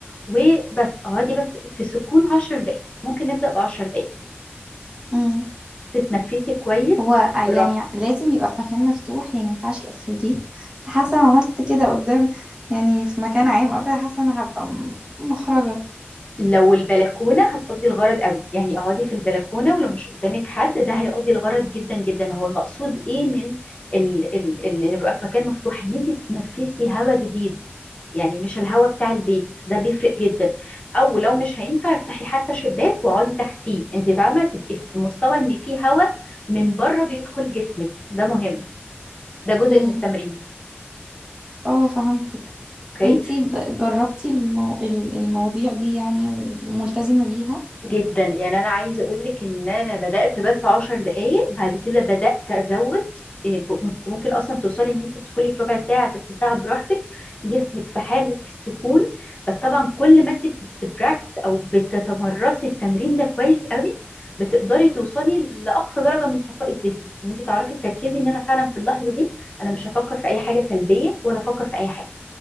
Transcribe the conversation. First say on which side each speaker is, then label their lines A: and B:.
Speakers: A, on the left (about 30°); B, on the right (about 20°).
A: وبس اقعدي بس في سكون 10 دقايق ممكن نبدأ ب 10 دقايق
B: امم
A: تتنفسي كويس
B: هو يعني
A: بالراحة
B: لازم يبقى في مكان مفتوح يعني ما ينفعش يبقى في البيت بس حاسه لو عملت كده قدام يعني في مكان عام او كده حاسه ان انا هبقى م- محرجه
A: لو البلكونه هتقضي الغرض قوي يعني اقعدي في البلكونه ولو مش قدامك حد ده هيقضي الغرض جدا جدا هو المقصود ايه من ال ال ال ان يبقى في مكان مفتوح ان انت تتنفسي هواء جديد يعني مش الهواء بتاع البيت ده بيفرق جدا او لو مش هينفع افتحي حتى شباك واقعدي تحتيه انت فاهمه تبقي في مستوى ان في هواء من بره بيدخل جسمك ده مهم ده جزء
B: امم
A: من التمرين
B: اه فهمتك
A: اوكي
B: وانتي ب- جربتي المو... ال- المواضيع دي يعني وملتزمه بيها
A: جدا يعني انا عايزه اقول لك ان انا بدات بس عشر دقائق بعد كده بدات ازود إيه، ب- انت ممكن اصلا توصلي ان انت تدخلي في ربع ساعه تلت ساعه براحتك جسمك في حاله السكون بس طبعا كل ما انت بتبراكتس او بتتمرسي التمرين ده كويس قوي بتقدري توصلي لاقصى درجه من الصفاء الذهني ان انت تعرفي تركزي ان انا فعلا في اللحظه دي انا مش هفكر في اي حاجه سلبيه ولا افكر في اي حاجه